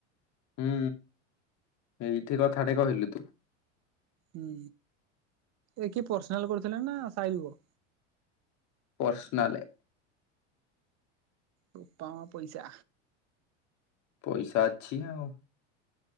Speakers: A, on the left; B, on the right.
A: ହୁଁ ଏଇଠି କଥାଟେ କହିଲୁ ତୁ।
B: ହୁଁ ଏ କିଏ ପର୍ସନାଲ କରିଥିଲା ନା ସାଇ ଲୁକ?
A: ପର୍ସନାଲେ।
B: ବୋପା, ମା ପଇସା।
A: ପଇସା ଅଛି ନା ଆଉ।